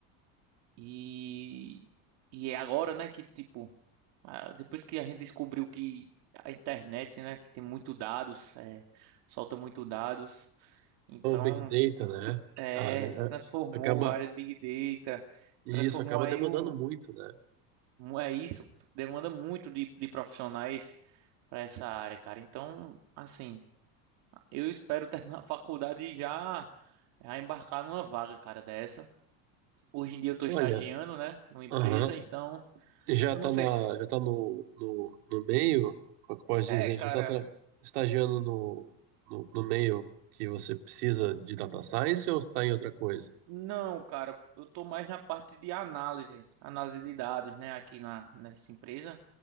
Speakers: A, on the right (about 55°); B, on the right (about 80°).
A: E, e é agora, né, que tipo, ah, depois que a gente descobriu que a internet, né, que tem muito dados, é, solta muito dados, então,
B: O Big Data, né?
A: é,
B: A-
A: transformou
B: a- acaba.
A: a área de Big Data,
B: E
A: transformou
B: isso acaba
A: aí
B: demandando
A: o,
B: muito, né?
A: é isso, demanda muito de, de profissionais para essa área, cara. Então, assim, eu espero <laughs> terminar a faculdade e já, já embarcar numa vaga, cara, dessa. Hoje em dia eu tô
B: Olha,
A: estagiando, né, numa empresa,
B: aham,
A: então,
B: já
A: eu
B: tá
A: não sei.
B: na, já tá no, no, no meio, como é que eu posso
A: É,
B: dizer?
A: cara.
B: Já tá tra- estagiando no, no, no meio que você precisa de data science ou está em outra coisa?
A: Não, cara, eu tô mais na parte de análise, análise de dados, né, aqui na nessa empresa,